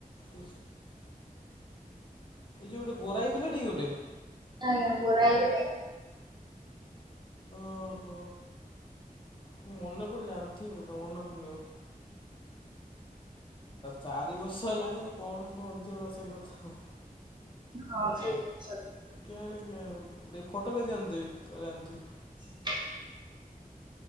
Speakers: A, on the left; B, on the right.
A: ଏ ଯୋଉ ଗୋଟେ ଗୋରା ହେଇକି ପିଲା ଟିକେ ଗୋଟେ।
B: ଆଜ୍ଞା ଗୋରା ହେଇକି ଡେଙ୍ଗା।
A: ଓହୋ ମୁଁ ମନେ ପଡୁନି ଜାଣିଥିଲି କି ମନେ ପଡୁନି ଆଉ। ଚାରି ବର୍ଷ ହେଲାଣି ଆଉ କଣ କୁହଥିବ ସେଇ କଥା ଆଉ।
B: ହଁ ସେଇଟା ସତ।
A: କେ ଫଟୋ କେ ଆଣିଦେବେ <inaudible>
B: ହ <unintelligible>